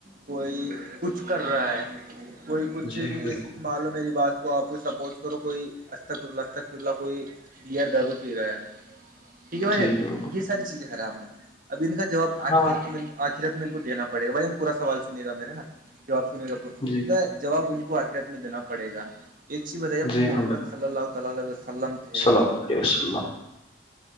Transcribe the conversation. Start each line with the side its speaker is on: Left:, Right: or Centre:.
Right: کوئی کچھ کر رہا ہے کوئی کچھ
Left: جی
Right: ایسی
Left: بالکل
Right: مانو میری بات کو آپ کو سپوٹ کرو کوئی اسستق پرلہ اسستق پرلالہ کوئی گئر درور پی رہا ہے ٹھیک ہے بھائی
Left: جی
Right: جان
Left: بالکل
Right: یہ ساری چیزیں ہےرام ہے اب ان کا جواب آخر
Left: ہاں
Right: لے لو آخرت میں م ان کو دینا پڑے گا بھائی نہیں پورا سوال سنے گا میرا نا جو آاب سنے گاورا
Left: جی
Right: جواب ان کو آخرت میں دینا پڑےا ایک چیز بتائیے اپنے
Left: جی ہاں
Right: محمد
Left: بالکل
Right: صلی اللہ تع وسلم تھے
Left: السلام عل وس اللہ